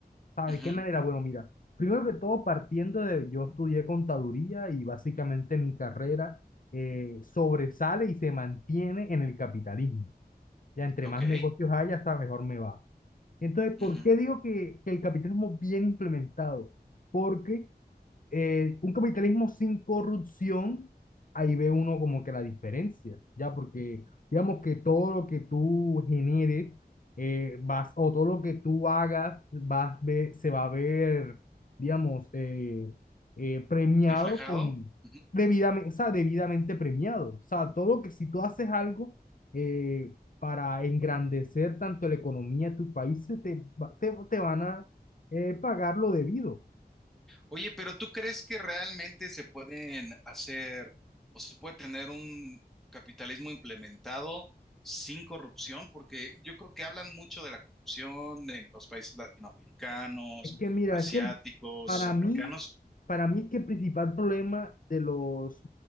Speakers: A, on the left; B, in the centre.
A: ¿Sabe
B: Ujú,
A: de qué manera? Bueno, mira, primero que todo, partiendo de, yo estudié contaduría y básicamente mi carrera eh, sobresale y se mantiene en el capitalismo. Ya entre
B: ok.
A: más negocios haya, hasta mejor me va. Entonces, ¿por
B: ujú.
A: qué digo que, que el capitalismo bien implementado? Porque eh, un capitalismo sin corrupción, ahí ve uno como que la diferencia, ya, porque digamos que todo lo que tú generes, eh, vas, o todo lo que tú hagas, vas ve- se va a ver, digamos, eh, eh, premiado
B: reflejado.
A: con,
B: Ujú.
A: debidamente, o sea, debidamente premiado. O sea, todo lo que si tú haces algo eh, para engrandecer tanto la economía de tu país, se te, va- te, te van a eh, pagar lo debido.
B: Oye, pero ¿tú crees que realmente se pueden hacer o se puede tener un capitalismo implementado sin corrupción? Porque yo creo que hablan mucho de la corrupción en los países latinoamericanos,
A: Es que mira,
B: asiáticos,
A: es que el- para
B: africanos.
A: mí, para mí es que el principal problema de los,